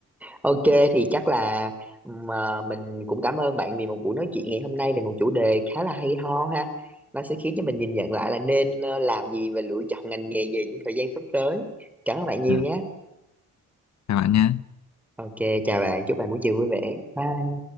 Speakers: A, in the centre; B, on the left.
A: Ok thì chắc là ừm, à, mình cũng cảm ơn bạn vì một buổi nói chuyện ngày hôm nay về một chủ đề khá là hay ho ha. Nó sẽ khiến cho mình nhìn nhận lại là nên ờ, làm gì và lựa chọn ngành nghề gì trong thời gian sắp tới. Cảm ơn bạn nhiều
B: à,
A: nhé.
B: chào bạn nhé
A: Ok, chào bạn, chúc bạn buổi chiều vui vẻ. Bye.